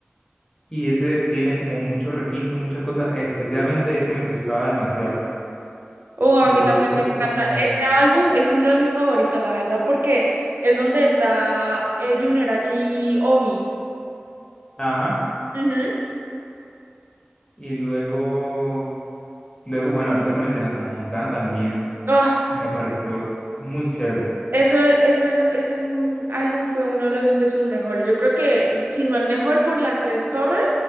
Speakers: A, on the left (about 20°); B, on the right (about 60°).
A: y ese tiene como mucho requinto, muchas cosas, especialmente ese me gustaba demasiado.
B: Oh, a
A: Luego
B: mí también
A: fue
B: me
A: como,
B: encanta. Ese álbum es uno de mis favoritos, la verdad, porque es donde está eh, Junior H y Obi.
A: ajá,
B: Ujú.
A: y luego, luego, bueno, ahorita con el de Montana también
B: Oh,
A: me pareció muy chévere.
B: Eso, eso, en- ese mm, álbum fue uno de los de sus mejores. Yo creo que, si no el mejor por Las Tres Torres,